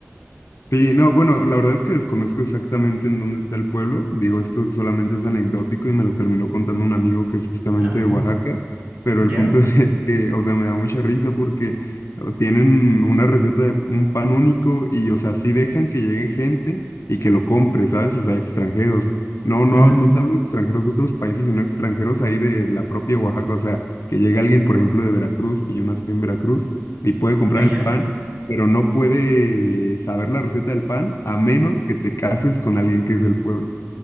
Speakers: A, on the left; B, on the right.
A: Sí, no, bueno, la verdad es que desconozco exactamente en dónde está el pueblo. Digo, esto solamente es anecdótico y me lo terminó contando un amigo que es justamente
B: Ah, mira,
A: de Oaxaca. Pero
B: ya,
A: el punto <laughs> es que, o sea, me da mucha risa porque o, tienen una receta de un pan único y, o sea, sí dejan que llegue gente y que lo compre, ¿sabes? O sea, extranjeros. No, no,
B: ujú,
A: no te hablo de extranjeros de otros países, sino extranjeros ahí de la propia Oaxaca. O sea, que llegue alguien, por ejemplo, de Veracruz, que yo nací en Veracruz, y puede comprar
B: Allá.
A: el pan pero no puede saber la receta del pan a menos que te cases con alguien que es del pueblo.